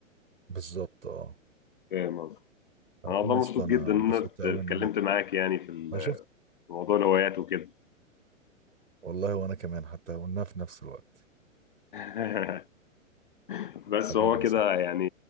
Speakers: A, on the right; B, on the left.
A: بالظبط اه
B: فاهم قصدي
A: انا
B: انا
A: بقول
B: والله
A: لسه
B: مبسوط
A: انا
B: جدا ان
A: انبسطت
B: انا ات-
A: قوي
B: اتكلمت
A: ان انا
B: معاك يعني في ال-
A: أنا شفت
B: في موضوع الهوايات وكده
A: والله وانا كمان حتى قلناها في نفس الوقت
B: <laughs> بس
A: حبيبي
B: هو كده
A: يا صاحبي
B: يعني